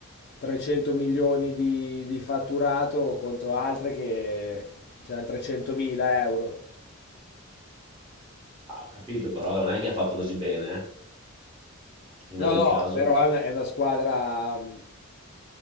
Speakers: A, on the left; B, on the right.
A: 300 milioni di, di fatturato contro altre che hanno 300 mila euro.
B: Ah, ho capito, però non è che ha fatto così bene, eh. in
A: No,
B: ogni
A: no,
B: caso.
A: però è una, è una squadra. mm,